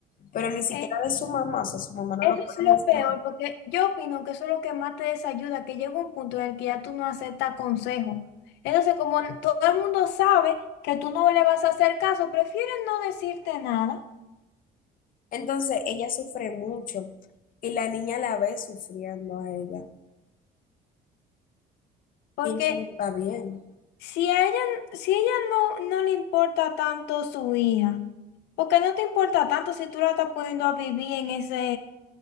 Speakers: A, on the left; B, on the left.
A: pero ni siquiera
B: Eh,
A: de su mamá, o sea, su mamá no
B: eso
A: lo puede
B: es lo
A: mencionar.
B: peor, porque yo opino que eso es lo que más te desayuda, que llega un punto en el que ya tú no aceptas consejo. Entonces, como n- todo el mundo sabe que tú no le vas a hacer caso, prefieren no decirte nada,
A: Entonces, ella sufre mucho y la niña la ve sufriendo a ella.
B: porque
A: Y eso no está bien.
B: Si a ella, si ella no, no le importa tanto su hija, porque no te importa tanto si tú la estás poniendo a vivir en ese,